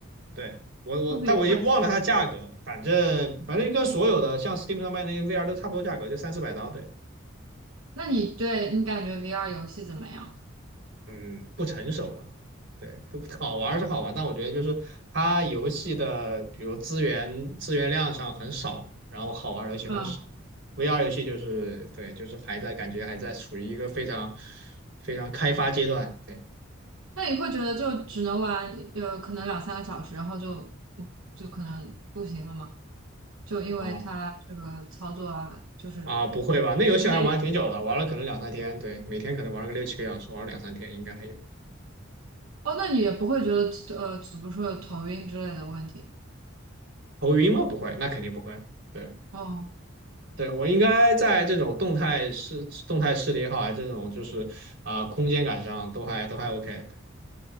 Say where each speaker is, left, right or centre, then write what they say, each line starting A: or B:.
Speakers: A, on the right; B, on the right.
A: 对我我但我也忘了它价格了，
B: 不比 Quest。
A: 反正反正就跟所有的像 Steam 上卖的那个 VR 都差不多价格，就三四百刀，对。
B: 那你对你感觉 VR 游戏怎么样？
A: 嗯，不成熟吧？对，都好玩儿是好玩，但我觉得就是它游戏的，比如资源资源量上很少嘛然后好玩儿的游戏很少。
B: 嗯，
A: VR 游戏就是对，就是还在感觉还在处于一个非常非常开发阶段。对
B: 那你会觉得就只能玩呃可能两三个小时，然后就就可能不行了吗？就因为它这个操作啊，
A: 啊
B: 就是
A: 啊，不会吧？那游戏还玩挺久的，
B: 内隐
A: 玩了可能两三天，对，每天可能玩了个六七个小时，玩了两三天应该还有。
B: 哦，那你也不会觉得呃，怎么说有头晕之类的问题？
A: 头晕吗？不会，那肯定不会。对。
B: 哦，
A: 对，我应该在这种动态视动态视力也好啊，还这种就是啊、呃空间感上都还都还 OK。对，